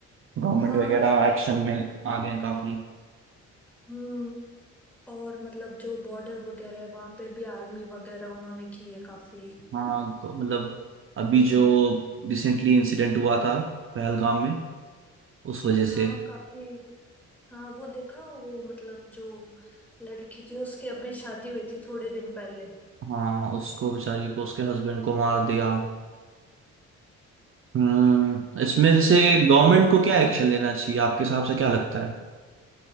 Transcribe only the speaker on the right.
गवर्नमेंट
वगैरह
एक्शन
में आ गए हैं काफी
हाँ ग- मतलब अभी
जो रिसेंटली इंसिडेंट हुआ था पहलगाम में उस वजह से
हाँ उसको बेचारी को उसके हस्बैंड को मार दिया हम्म
इसमें
जैसे
गवर्नमेंट
को क्या एक्शन लेना चाहिए आपके हिसाब से क्या लगता है